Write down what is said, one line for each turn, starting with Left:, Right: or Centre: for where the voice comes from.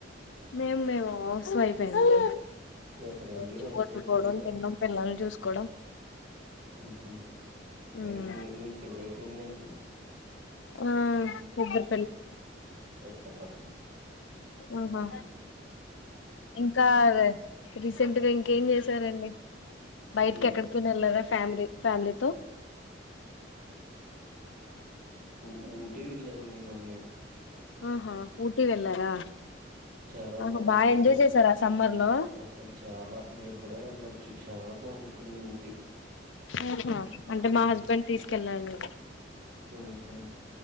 Left: మేమ్ మేము హౌస్ వైఫె నండి
Right: ఎక్కడండి
Left: రోజు
Right: హౌస్
Left: వండుకోవడం
Right: వైఫ్ కింద
Left: తినడం పిల్లల్ని చూసుకో కుడం
Right: ఉహు
Left: హ్మ్
Right: మీరు మీ మీకు పెళ్లి అయిపోయిందండి
Left: ఆ ఇద్దరు
Right: ఇస్తా పదా
Left: ఉహు ఇంక రా రిస్కు తింటదెంగ్ ఎమ్ చేశారండి కి బయటకి
Right: డి
Left: ఎక్కడకి వెళ్లలేదా ఫ్యామిలీ ఫ్యామిలీ తో <inaudible>
Right: ఊ ఊటి వేల్ మిమ్మల్ని
Left: ఆహా ఊటీ వెళ్ళారా
Right: చాలా
Left: ఆహా
Right: బాగుంటుంది
Left: బాగా ఎంజాయ్ చేసారా సమ్మర్ లో
Right: అసలు చాలా మీరు కూడా వెళ్ళచ్చు చాలా బాగుంటుంది ఊటీ
Left: ఆహా అంటే
Right: ఉహు
Left: మా హస్బెండ్ తీసుకెళ్ళాలి
Right: ఉహు